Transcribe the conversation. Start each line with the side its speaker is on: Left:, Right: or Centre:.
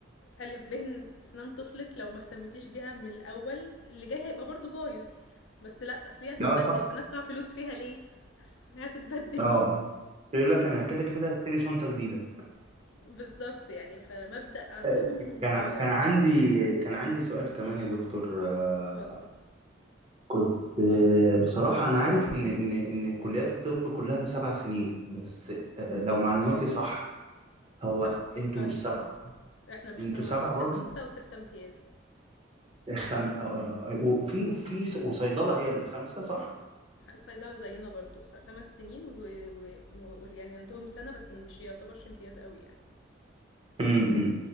Left: الف ب ان اسنان طفلك لو ما اهتمتيش بيها من الاول اللي جاي هيبقى برضو بايظ بس لا اصل هي هتتبدل
Right: لا صح
Left: فانا ادفع فلوس فيها ليه هي هتتبدل
Right: اه يقول لك انا كده كده هشتري شنطه جديده
Left: <laughs> بالظبط يعني فمبدا عندهم
Right: آه، كان
Left: ضايع
Right: كان عندي كان عندي سؤال كمان يا دكتور آه،
Left: اتفضل
Right: كنت آه، بصراحة أنا عارف إن إن إن كليات الطب كلها سبع سنين بس آه، لو معلوماتي
Left: اه
Right: صح هو
Left: سبع سنين
Right: أنتوا
Left: فعلا
Right: مش
Left: بس
Right: سبعة
Left: احنا مش
Right: أنتوا
Left: سبعة
Right: سبعة
Left: احنا
Right: برضو
Left: خمسة وستة امتياز
Right: خمسة آه، آه، آه، وفي في س- وصيدلة هي اللي خمسة صح؟
Left: الصيدلة زينا برضو س- خمس سنين ويعني و... و... و- يعني عندهم سنة بس مش يعتبرش امتياز قوي يعني
Right: امم